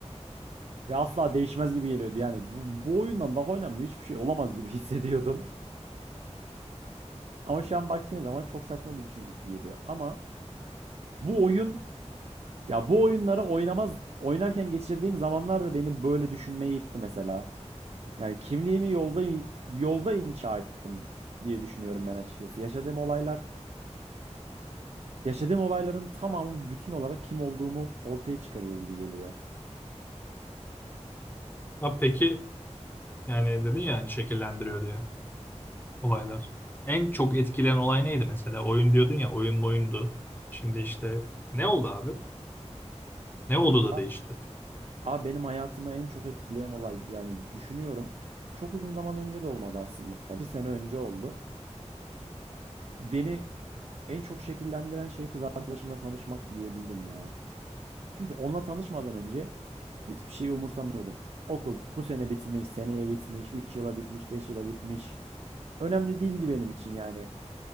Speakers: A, on the right (about 60°); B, on the left (about 15°).
A: Ve asla değişmez gibi geliyordu. Yani bu, bu oyundan daha önemli hiçbir şey olamaz gibi <laughs> hissediyordum. Ama şu an baktığın zaman çok saçma bir düşünce gibi geliyor. Ama bu oyun, ya bu oyunları oynamaz, oynarken geçirdiğim zamanlar da beni böyle düşünmeye itti mesela. Yani kimliğimi yolda yolda inşa ettim diye düşünüyorum ben açıkçası. Yaşadığım olaylar, yaşadığım olayların tamamı bütün olarak kim olduğumu ortaya çıkarıyor gibi geliyor.
B: Ha peki yani dedin ya hani şekillendiriyor diye. olaylar. En çok etkileyen olay neydi mesela? Oyun diyordun ya oyun oyundu. Şimdi işte ne oldu abi? Ne oldu da
A: Abi,
B: değişti?
A: abi benim hayatımı en çok etkileyen olay yani düşünüyorum. Çok uzun zaman önce de olmadı aslında. Bir sene önce oldu. Beni en çok şekillendiren şey kız arkadaşımla tanışmaktı diyebilirim ya. Çünkü onunla tanışmadan önce hiçbir şeyi umursamıyordum. Okul bu sene bitmiş, seneye bitmiş, 3 yıla bitmiş, 5 yıla bitmiş. Önemli değildi benim için yani.